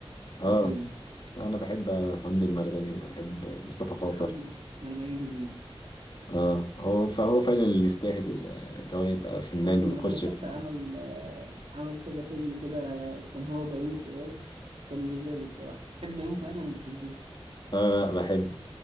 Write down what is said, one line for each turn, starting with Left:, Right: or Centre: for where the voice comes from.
Left: اه
Right: حرفيا
Left: انا بحب حمدي المرغني وبحب مصطفى خاطر
Right: الحمد لله مرجعين لجديد
Left: اه هو فهو فعلا اللي يستاهل آه، اللي هو يبقى فنان
Right: محمد المرغني
Left: ويخش
Right: حتى
Left: في
Right: عمل آه، عمل كذا فيلم كده كان هو بيومي فؤاد كانوا لذيذ الصراحة تحب بيومي فؤاد ولا ما بتحبوش؟
Left: اه لا بحبه